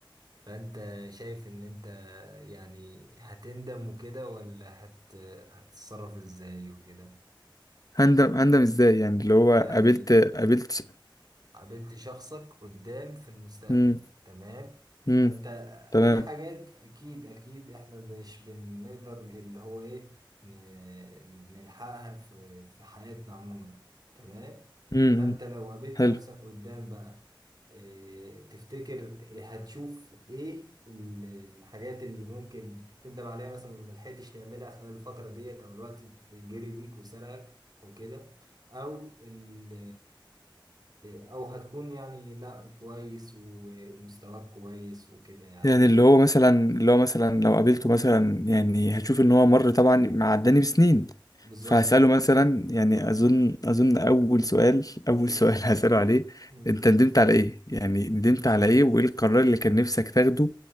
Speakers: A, on the right; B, on the left.
A: فأنت شايف إن أنت يعني هتندم وكده ولا هت هتتصرف إزاي وكده
B: هندم هندم ازاي يعني اللي هو
A: يعني
B: قابلت قابلت
A: قابلت شخصك قدام في المستقبل
B: امم
A: تمام
B: امم
A: فانت
B: تمام
A: في حاجات اكيد اكيد احنا مش بنقدر ن- اللي هو ايه ن- نلحقها في في حياتنا عموما تمام
B: امم
A: فانت لو قابلت
B: حلو
A: نفسك قدام بقى إيه تفتكر إيه هتشوف ايه ال- الحاجات اللي ممكن تندم عليها مثلا ما لحقتش تعملها خلال الفترة ديت او الوقت جري بيك وسرقك وكده او ال آه، او هتكون يعني لا كويس ومستواك كويس وكده يعني
B: يعني اللي هو مثلا اللي هو مثلا لو قابلته مثلا يعني هشوف ان هو مر طبعا معداني بسنين
A: بالظبط
B: فهسأله مثلا يعني اظن اظن اول سؤال اول
A: مم.
B: سؤال <laughs> هسأله عليه
A: مم.
B: انت ندمت على ايه يعني ندمت
A: مم.
B: على ايه وايه القرار اللي كان نفسك تاخده